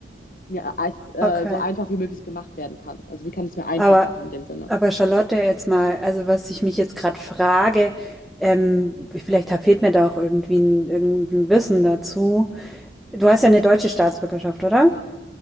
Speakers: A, on the left; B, in the centre.
A: mir als, äh,
B: okay.
A: so einfach wie möglich gemacht werden kann. Also wie kann ich es mir einfach
B: Aber
A: machen in dem Sinne?
B: Aber Charlotte, jetzt mal, also was ich mich jetzt gerade frage, ähm, vielleicht hab- fehlt mir da auch irgendwie ein, irgendein Wissen dazu. Du hast ja eine deutsche Staatsbürgerschaft, oder?
A: Ja.